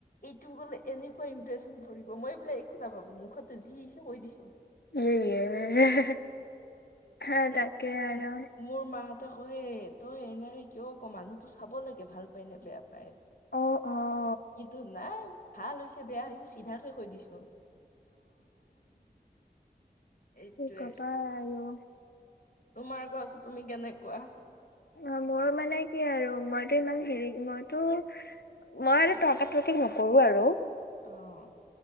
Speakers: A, on the left (about 55°); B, on the left (about 80°).
A: এইটো ক'লে এনেকুৱা ইমপ্ৰেচন পৰিব, মই এইবিলাক একো নাভাবো মুখতে যি আহিছে কৈ দিছোঁ।
B: এই ইয়ে <unintelligible> হা!
A: এই
B: তাকে আৰু।
A: ম- মোৰ মাহঁতে কয়েই তই এনেকে কিয় ক মানুহটো চাব লাগে ভাল পায় নে বেয়া পায়।
B: অঁ-অঁ!
A: কিন্তু নাই ভাল হৈছে, বেয়া হৈছে চিধাকে কৈ দিছোঁ। এইটোয়ে
B: তো কবায়ে আৰু।
A: তোমাৰ কোৱাছো তুমি কেনে কোৱা?
B: অঁ মোৰ মানে কি আৰু মইতো ইমান হেৰি মইতো মই আৰু তৰ্কা-তৰ্কি নকৰো আৰু।
A: অঁ।